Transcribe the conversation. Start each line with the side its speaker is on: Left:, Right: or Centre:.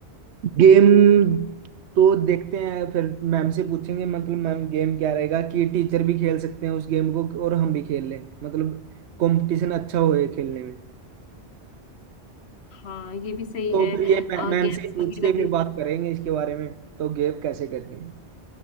Right: गेम तो देखते हैं फिर मैम से पूछेंगे मतलब मैम गेम क्या रहेगा कि टीचर भी खेल सकते हैं उस गेम को और हम भी खेल लें मतलब कंपटीशन अच्छा होए खेलने में
Left: हाँ ये भी सही
Right: तो
Left: है
Right: फिर ये मै- मैम
Left: गेम्स
Right: से ही पूछ
Left: वगैरह
Right: के फिर
Left: भी
Right: बात करेंगे इसके बारे में तो गेव कैसे करनी है